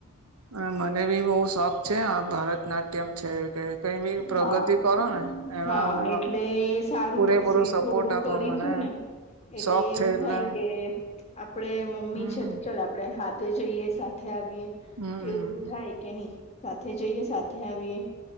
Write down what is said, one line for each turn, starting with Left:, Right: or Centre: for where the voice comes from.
Right: હ મને બી બહ સારું છે આ ભરત નાટ્યમ છે કે કઈ બી પ્રગતિ
Left: હા
Right: કરો ને એમાં
Left: હા
Right: હું
Left: એટલે એ સારું
Right: પૂરેપૂરા
Left: પડશે
Right: સપોર્ટ
Left: થોડું
Right: આપ
Left: કરીશું
Right: આપવા મને
Left: ને એટલે
Right: શોખ
Left: એવું
Right: છે એટલે
Left: થાય કે આપે મમ્મી
Right: હમ
Left: છે તો ચાલ આપડે હાથે જઈએ સાથે આવીએ
Right: હમ
Left: એવું બધું થાય કે નહી સાથે જઈએ સાથે આવીએ